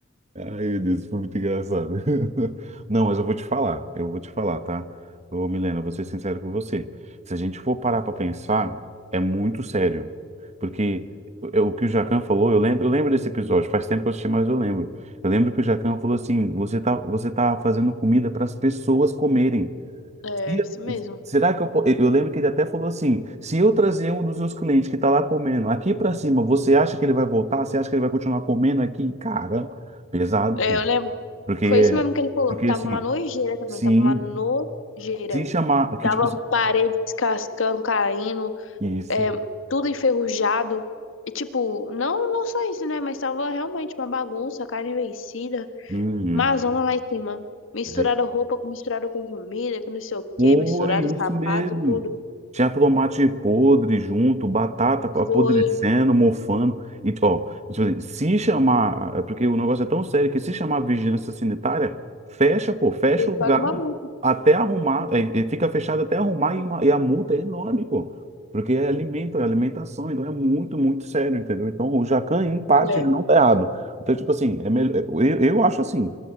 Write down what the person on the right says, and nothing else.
Ai, meu Deus, isso foi muito engraçado. <laughs> Não, mas eu vou te falar, eu vou te falar, tá? Ô, Milena, vou ser sincero com você. Se a gente for parar pra pensar, é muito sério. Porque eu- o que o Jacan falou, eu lembro, eu lembro desse episódio, faz tempo que eu assisti, mas eu lembro. Eu lembro que o Jacan falou assim: você tá, você tá fazendo comida para as pessoas comerem.
E
Será que eu, po- eu lembro que ele até falou assim: se eu trazer um dos meus clientes que está lá comendo aqui para cima, você acha que ele vai voltar? Você acha que ele vai continuar comendo aqui? Cara, pesado,
pô.
Porque é,
porque
é o seguinte,
sim,
se chamar, porque
tipo, assim,
isso,
uhum.
é
Foi
isso
mesmo.
Tinha tomate podre junto, batata apodrecendo,
mofando. E, ó, tipo assim, se chamar, é porque o negócio é tão sério que se chamar vigilância sanitária, fecha, pô, fecha
o lugar
até arrumar, é, é, fica fechado até arrumar e, uma- e a multa é enorme, pô. Porque é alimento, é alimentação, então é muito, muito sério, entendeu? Então o Jacan, em parte,
ele não tá errado. Então, tipo assim, é melhor, eu, eu acho assim.